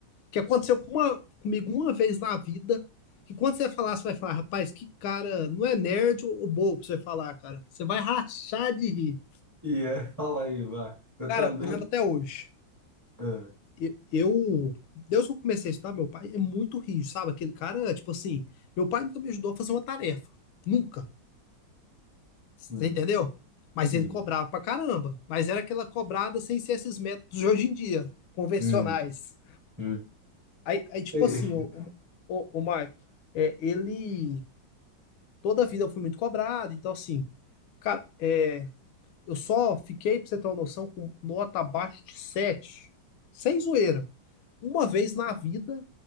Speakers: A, on the left; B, on the right.
A: que aconteceu com uma- comigo uma vez na vida. Que quando você falar, você vai falar, rapaz, que cara, não é nerd ou ou bobo pra você falar, cara. Você vai rachar de rir.
B: E é, <laughs> fala aí, vai. Eu
A: Cara,
B: também.
A: eu lembro até hoje.
B: ah,
A: E- Eu, Deus que eu comecei a estudar, meu pai é muito rígido, sabe? Aquele cara, tipo assim, meu pai nunca me ajudou a fazer uma tarefa. Nunca. Você
B: sim,
A: entendeu? Mas
B: sim.
A: ele cobrava pra caramba. Mas era aquela cobrada sem ser esses métodos de hoje em dia, convencionais.
B: Hum, hum.
A: Aí, aí tipo
B: Ei.
A: assim, o, o, o Marco, é, ele. Toda a vida eu fui muito cobrado, então assim, cara, é, eu só fiquei, pra você ter uma noção, com nota abaixo de sete, Sem zoeira. Uma vez na vida,